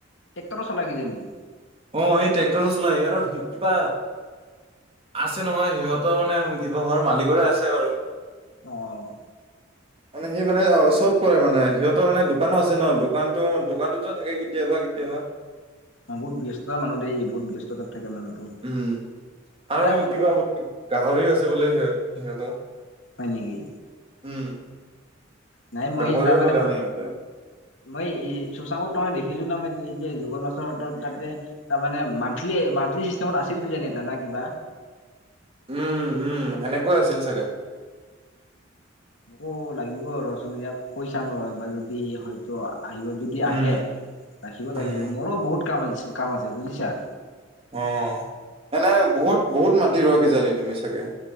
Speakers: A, on the left; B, on the right.
A: টেক্টৰ চলাই কিয়া নি!
B: অ', এই ট্ৰেক্টৰো চলাই আৰু সি কিবা। আছে নহয় সিহঁতৰ মানে কিবা ঘৰ মালিকৰে আছে বাৰু।
A: অ'।
B: মানে সি মানে চ'ব কৰে মানে সিহঁতৰ মানে দোকানো আছে ন' দোকানতো, দোকানতটোত থাকে। কেতিয়াবা, কেতিয়াবা।
A: অ', বহুত ব্যস্ততা মানুহ দে ই বহুত ব্যস্ততাত থাকে মানুহটো।
B: উম, আৰু
A: এ
B: কিবা বোলে গাহৰি আছে বোলে সিহঁতৰ।
A: হয় নেকি?
B: উম,
A: নাই মই
B: গাহৰিও
A: তাৰমানে
B: পালে মানে সিহঁতে।
A: মই এই চুশাংকক তাৰমানে দেখিছোঁ না মই এই যে যুগল <unintelligible> মাছৰ তাতে তাৰ মানে মান্থলি, মান্থলি চিষ্টেমত আছিল জানি <unintelligible> এটা না কিবা।
B: উম, উম সেনেকুৱা আছিল চাগে।
A: মোকো লাগিব ৰ'চোন ইয়াক কৈ চাম ৰ একবাৰ যদি হয়তো আহিব। যদি
B: উম,
A: আহে ৰাখিব
B: উম,
A: লাগিব মোৰো বহুত কাম কাম আছে বুজিছা।
B: অ' এনেই বহুত বহুত মাটি ৰোৱা কিজানি তুমি চাগে?